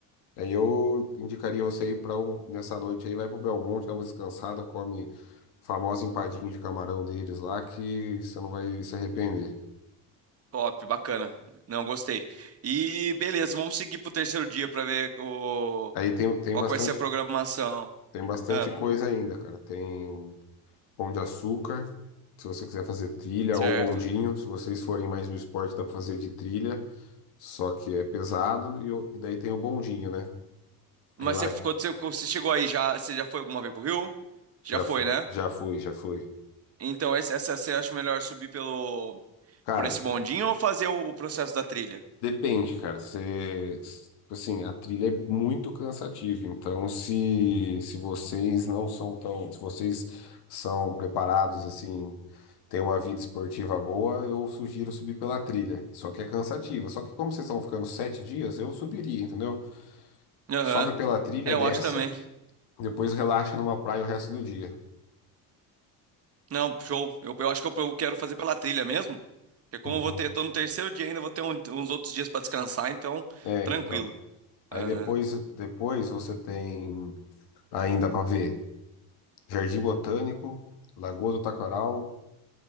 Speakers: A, on the left (about 80°); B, on the right (about 35°).
A: Aí eu indicaria você ir para um, nessa noite aí, vai pro Belmonte, dá uma descansada, come a famosa empadinha de camarão deles lá, que você não vai se arrepender.
B: Top, bacana. Não, gostei. E beleza, vamos seguir pro terceiro dia pra ver o,
A: Aí tem, tem
B: qual
A: bastante,
B: que vai ser a programação.
A: tem bastante
B: Ah,
A: coisa ainda, cara. Tem pão de açúcar, se você quiser fazer trilha,
B: certo.
A: ou bondinho, se vocês forem mais do esporte, dá pra fazer de trilha, só que é pesado, e, o- e daí tem o bondinho, né?
B: Mas
A: Aí lá
B: você, quando você, quando você chegou aí, já, você já foi alguma vez pro Rio? Já
A: já
B: foi,
A: fui,
B: né?
A: já fui, já fui.
B: Então, essa, essa você acha melhor subir pelo,
A: Cara,
B: por esse bondinho ou fazer o, o processo da trilha?
A: Depende, cara. Você, assim, a trilha é muito cansativa. Então, se, se vocês não são tão, se vocês são preparados, assim, têm uma vida esportiva boa, eu sugiro subir pela trilha. Só que é cansativa. Só que como vocês estão ficando sete dias, eu subiria, entendeu?
B: Aham.
A: Sobe pela trilha,
B: É,
A: desce,
B: eu acho também.
A: depois relaxa numa praia o resto do dia.
B: Não, show. Eu, eu acho que eu, eu quero fazer pela trilha mesmo. Porque como
A: Uhum.
B: eu vou ter, tô no terceiro dia ainda, eu vou ter um- uns outros dias pra descansar, então,
A: É,
B: tranquilo.
A: então. Aí
B: Aham.
A: depois, depois você tem ainda para ver Jardim Botânico, Lagoa do Taquaral.